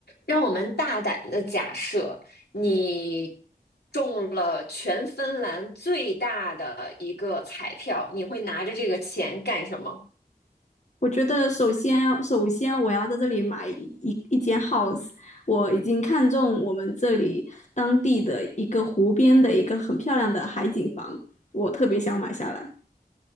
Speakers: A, on the left; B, on the left.
A: 让我们大胆的假设，你中了全芬兰最大的一个彩票，你会拿着这个钱干什么？
B: 我觉得首先，首先我要在这里买一一间 house。我已经看中我们这里当地的一个湖边的一个很漂亮的海景房，我特别想买下来。